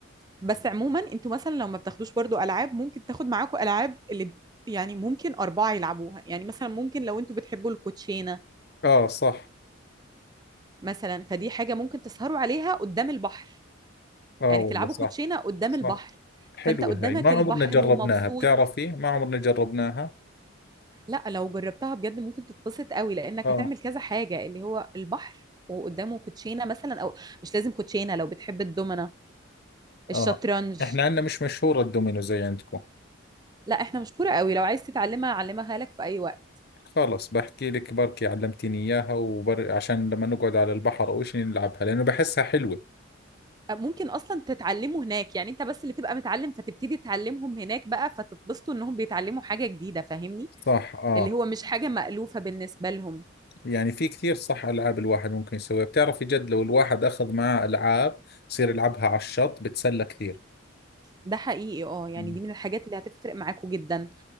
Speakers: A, on the right; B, on the left.
A: بس عموما انتوا مثلا لو ما بتاخدوش برضو العاب ممكن تاخد معاكم العاب اللي ب- يعني ممكن اربعه يلعبوها يعني مثلا ممكن لو انتوا بتحبوا الكوتشينه
B: اه صح
A: مثلا فدي حاجه ممكن تسهروا عليها قدام البحر
B: اه
A: يعني
B: والله
A: تلعبوا
B: صح
A: كوتشينه قدام
B: صح
A: البحر
B: حلوة
A: فانت قدامك
B: هاي ما عمرنا
A: البحر
B: جربناها
A: ومبسوط
B: بتعرفي ما عمرنا جربناها
A: لا لو جربتها بجد ممكن تتبسط قوي لانك
B: اه
A: هتعمل كذا حاجه اللي هو البحر وقدامه كوتشينه مثلا او مش لازم كوتشينه لو بتحب الدومنه الشطرنج
B: اه احنا عندنا مش مشهورة الدومينو زي عندكم
A: لا احنا مشهوره قوي لو عايز تتعلمها اعلمها لك في اي وقت
B: خلص بحكي لك بركي علمتيني اياها وبر... عشان لما نقعد على البحر او شيء نلعبها لانه بحسها حلوة
A: ممكن اصلا تتعلموا هناك يعني انت بس اللي تبقى متعلم فتبتدي تعلمهم هناك بقى فتتبسطوا انهم بيتعلموا حاجة جديدة فاهمني
B: صح اه
A: اللي هو مش حاجة مألوفة بالنسبة لهم
B: يعني في كثير صح العاب الواحد ممكن يسويها بتعرفي جد لو الواحد اخذ معاه العاب يصير يلعبها على الشط بتسلى كثير
A: ده حقيقي اه يعني
B: مم.
A: دي من الحاجات اللي هتفرق معاكوا جدا